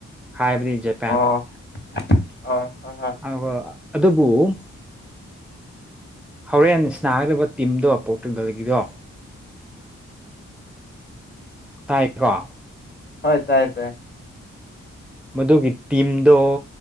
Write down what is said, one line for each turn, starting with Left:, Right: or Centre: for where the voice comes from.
Centre: ꯍꯥꯏꯕꯗꯤ ꯖꯔ
Left: ꯑꯣ ꯑꯣ ꯍꯣꯏ ꯍꯣꯏ
Centre: <unintelligible> ꯑꯗꯨꯕꯨ ꯍꯧꯔꯦꯟ ꯁꯅꯥꯒꯗꯕ ꯇꯤꯝꯗꯣ ꯄꯣꯔꯇꯨꯒꯜꯒꯤꯗꯣ ꯇꯥꯏꯀꯣ
Left: ꯍꯣꯏ ꯇꯥꯏ ꯇꯦ
Centre: ꯃꯗꯨꯒꯤ ꯇꯤꯝꯗꯣ